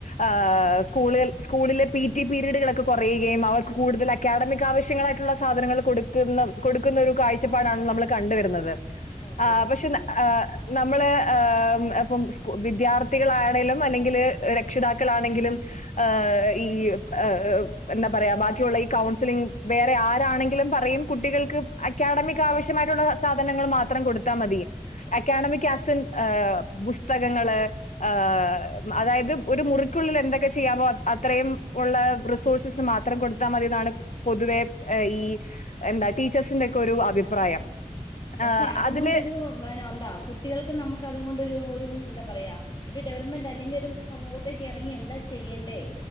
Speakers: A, on the left; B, on the left.
A: ഏഹ് സ്കൂളിൽ സ്കൂളിലെ പി ടി പീരീഡുകളൊക്കെ കുറയുകയും അവർക്ക് കൂടുതല, ക്കാഡമിക് ആവശ്യങ്ങളായിട്ടുള്ള സാധനങ്ങൾ കൊടുക്കുന്ന കൊടുക്കുന്ന ഒരു കാഴ്ചപ്പാടാണ് നമ്മൾ കണ്ടുവ രുന്നത്
B: ഓക്കെ
A: ആഹ് പക്ഷെ
B: ഉം
A: ഏഹ് നമ്മള് ഏഹ് ഉം എപ്പം വിദ്യാർത്ഥികളാണെലും അല്ലെങ്കില് രക്ഷിതാക്കളാണെങ്കിലും ഏഹ് ഈ എഹ് എന്താ പറയാ ബാക്കിയുള്ള ഈ കൗൺസിലിംഗ് വേറെ ആരാണെങ്കിലും പറയും കുട്ടികൾക്ക് അക്കാഡമിക്ക് ആവശ്യമായിട്ടുള്ള സാധനങ്ങൾ മാത്രം കൊടുത്താ മതി അക്കാഡമിക് അസിൻ ഏഹ് പുസ്തകങ്ങള് ഏഹ് അതായത് ഒരു മുറിക്കുള്ളിൽ എന്തൊക്കെ ചെയ്യാവോ അത്രയും ഉള്ള റിസോഴ്സിസ് മാ ത്രം കൊടുത്താ മതി ന്നാണ് പൊതുവെ ഈ എന്താ ടീച്ചേഴ്സിന്റെ ഒക്കെ ഒരു അഭിപ്രായം
B: പക്ഷെ
A: ആ
B: അത്
A: അതില്
B: ങൊണ്ടൊരു വന എന്താ കുട്ടികൾക്ക് നമുക്ക് അതൊങൊണ്ടൊരു ഒരു ന്താ പറയാ ഒരു ഡെവലപ്മെന്റ് അല്ലെങ്കി ഒരു സമൂഹത്തേക്ക് ഇറങ്ങി എന്താ ചെയ്യേണ്ടേ